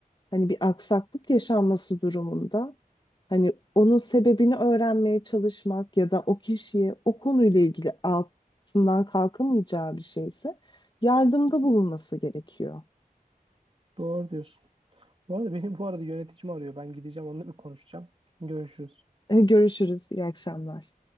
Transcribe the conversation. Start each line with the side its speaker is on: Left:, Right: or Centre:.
Left: hani bir aksaklık yaşanması durumunda hani onun sebebini öğrenmeye çalışmak ya da o kişiye o konuyla ilgili altından kalkamayacağı bir şeyse yardımda bulunması gerekiyor.
Right: Doğru diyorsun. Bu arada benim bu arada yöneticim arıyor. Ben gideceğim onunla bir konuşacağım. Görüşürüz.
Left: <laughs> Görüşürüz, iyi akşamlar.